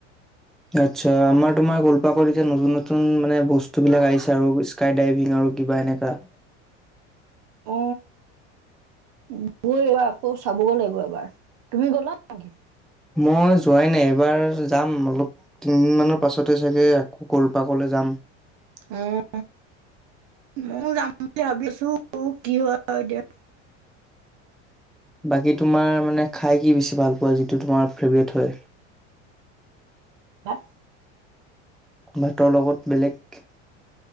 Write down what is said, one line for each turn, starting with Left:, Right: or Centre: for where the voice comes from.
Centre: আচ্ছা, আমাৰ তোমাৰ কলপাৰ্কত এতিয়া নতুন নতুন মানে বস্তুবিলাক আহিছে আৰু স্কাই ড্ৰাইভিং আৰু কিবা এনেকা। <inaudible>
Right: অ <unintelligible> আকৌ চাবগৈ লাগিব এবাৰ, তুমি গ'লা নেকি?
Centre: মই যোৱাই নাই, এইবাৰ যাম অলপ, তিনদিনমানৰ পাছতে চাগে আকৌ ক'লপাৰ্কলৈ যাম।
Right: অ', ময়ো যাম বুলি ভাৱি আছোঁ, কি হয় এতিয়া।
Centre: বাকী তোমাৰ মানে খাই কি বেছি ভাল পোৱা, যিটো তোমাৰ ফেভাৰেট হয়?
Right: ভাত
Centre: ভাতৰ লগত বেলেগ